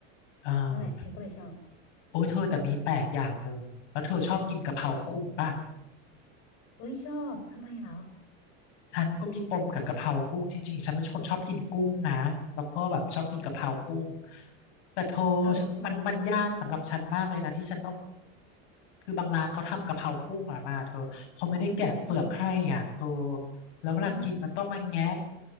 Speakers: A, on the left; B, on the left.
A: อ่า
B: นั่นแหละฉันก็เลยชอบ
A: โอ้ยเธอแต่มีแปลกอย่างหนึ่งแล้วเธอชอบกินกะเพรากุ้งป่ะ
B: เอ้ยชอบทำไมเหรอ
A: ฉันก็มีปมกับกะเพรากุ้งจริงๆฉันเป็นคนชอบกินกุ้งนะแล้วก็แบบชอบกินกะเพรากุ้งแต่เธอฉันมันมันยากสำหรับฉันมากเลยนะที่ฉันต้อง
B: อ้าวแล้วทำไม
A: คือบางร้านเขาทำกะเพรากุ้งอ่ะมาเธอเขาไม่ได้แกะเปลือกให้อ่ะเธอ
B: อืม
A: แล้วเวลากินมันต้องมาแงะ
B: อ๋อ